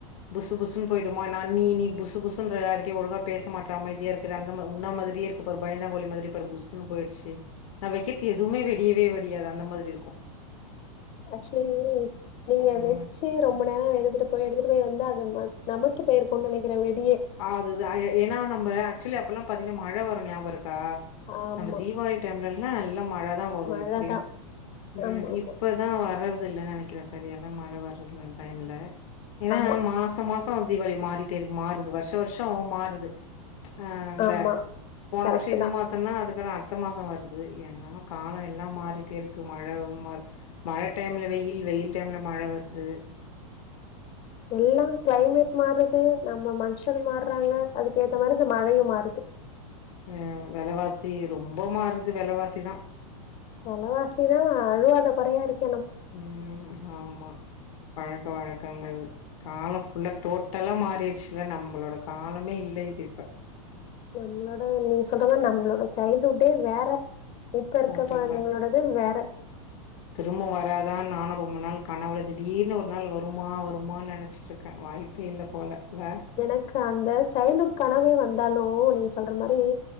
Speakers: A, on the left (about 65°); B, on the left (about 35°).
A: புசு புசுணு போய்டுமா என்னன்னி நீ புசுபுசுன்னு எல்லாத்துக்கிட்டையும் ஒழுங்கா பேச மாற்ற அமைதியா இருக்குற அந்த மா உன்ன மாதிரியே இருக்கு பாரு பயந்தாங்கோலி மாதிரி பா புஸ்ஸுன்னு போயிருச்சு நான் வைக்கிறது எதுவுமே வெடியவே வெடியாது அந்த மாரி இருக்கு
B: ஆக்சுவலி நீங்க
A: ம்.
B: வச்சு ரொம்ப நேர எடுத்துட்டு போய் எடுத்துட்டு போய் வந்த அது நமத்து பேய்ருக்கும் நினைக்கிற வெட்
A: ஆ அது து ஏனா நம்ப ஆச்சுவலி அப்பெல்லா பாத்திங்கன்னா மழ வரு ஞாபக இருக் கா
B: ஆமா
A: நம்ம தீபாவளி டைம்ல எல்லா நல்ல மழ தான் வரு
B: மழைதான்
A: இப்பிடியு ம்
B: ஆமா ஆமா
A: இப்பதா வரற்த் இது இல்லைன்னு நினைக்கிறே சரியான மழ வேற அந்த டைம்ல்ல ஏனா
B: ஆமா
A: மாச மாசம் ஆ திவாளி மாறிட்டே இருக்கு மாறுது வருஷ வருஷோ வருஷோ மாறுது ஆஹ இல
B: ஆமா
A: போன
B: கரெக்ட்
A: வருஷ இந்த
B: தான்
A: மாசனா அதுக்கா ஆ அடுத்த மாசம் வருது என்னவோ கால எல்லா மாறிட்டே இருக்கு மழ ம மழ டைம்ல வெயில் வெயில் டைம்ல மழ வருது
B: எல்லாம் கிளைமேட் மாறுது நம்ம மனுஷங்க மாறாங்க அதுக்கு ஏத்த மாரி இந்த மழையு மாறுது
A: உம் வெலவாசி ரொம்ப மாறுது வெலவாசிதான்
B: வெலவாசிதான் அழுவாத கொறையா இருக்
A: ம் ஆமா பழக்க வழக்கங்கள் காலம் ஃபுல்ல டோட்டலா மாறிடுச்சுல்ல நம்பளோட காலமே இல்ல இது இப்ப
B: நம்மளோட நீ சொல்றன நம்மளோட சைல்டுஹுட்டே வேற இப்ப இருக்க
A: ஓட்டல்ல
B: குழந்தைங்களோடது வேற
A: திரும்ப வராதா நானு ரொம்ப நாள் கனவுள திடீர்னு ஒரு நாள் வருமா வருமா நெனச்சிட்டு இருக்கே வாய்ப்பே இல்ல போல இல்ல
B: எனக்கு அந்த சைல்ட்ஹூட் கனவே வந் இருந்தாலு நீங்க சொல்ற மாரி